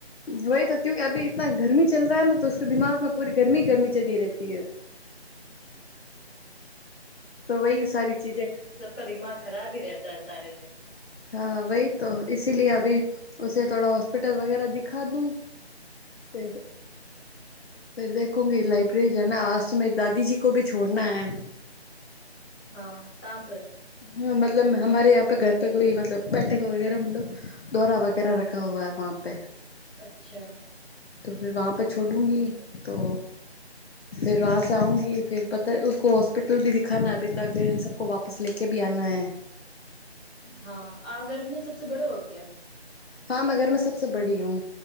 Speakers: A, on the left (about 65°); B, on the left (about 15°).
A: વહી તો ક્યુ કે અભી તના ગરમી ચલ રહાે ને તો દિમાગમાં પૂરી ગરમી ગરમી ચડીી રહેતી તો વહી સારી ચીજે
B: ઉસકા દિમાગ ખરાબ હી રહેતા હે સારે દિન
A: હા વહી તો સીલય અભી ઉસે થોડા હોસ્પિટલ વગેરા દિખા દુ <inaudible> ફે દેખુંગી લાઇબ્રેરી જ આજ તો મેરી દાદીજીી કો ભી છોડના હૈ
B: હા કામ પર
A: હા મતલબ હમારે યાં પે ઘર પે કોઈ મતલબ બેઠે વગેરે મત દ્વારા વગેરા રખ રઠાવા હ વહં પે
B: અચ્છા
A: તો ફર વં પે છોડુંંગી તો ર વા આઉંગી ફર પતા હોસ્પિટલ ભ દિખા અભી તક ફ એન સબ કો વાપસ લે કે ભી આના હૈ
B: હા આ ઘર મે સબસે બડો હો ક્યા
A: હા મેં ઘરં સબસે બડી હું